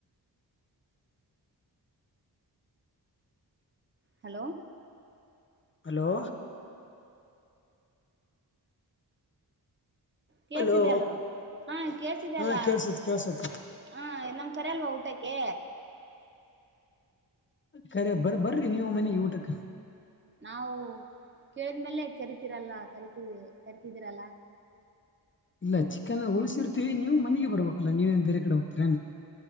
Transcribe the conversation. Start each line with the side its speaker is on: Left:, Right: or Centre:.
Right: ಹಲೋ
Left: ಹಲೋ
Right: ಕೇಳಿಸ್ತಿದೆ
Left: ಹಲೋ
Right: ಅಲ್ವಾ ಹಾ ಕೇಳಿಸ್ತಿದೆ
Left: ಹಾ
Right: ಅಲ್ಲ
Left: ಕೇಳ್ಸತ್ ಕೇಳ್ಸತ್
Right: ಹಾ ನಮ್ ಕರಿ ಅಲ್ವಾ ಊಟಕ್ಕೆ
Left: ಕರೆ ಬರ ಬರ್ರಿ ನೀವು ಮನೆಗ್ ಊಟಕ್ಕ
Right: ನಾವು ಕೇಳಿದ್ಮೇಲೆ ಕರಿತೀರಲ್ಲ ಕರಿತಿ ಕರಿತಿದ್ದೀರಲ್ಲ.
Left: ಇಲ್ಲ ಚಿಕನ್ ಉಳಸಿರ್ತೀವಿ ನೀವು ಮನೆಗೆ ಬರ್ಬಬೇಕಲ್ಲ ನೀವೇನ್ ಬೇರೆ ಕಡೆ ಹೋಗ್ತೀರ.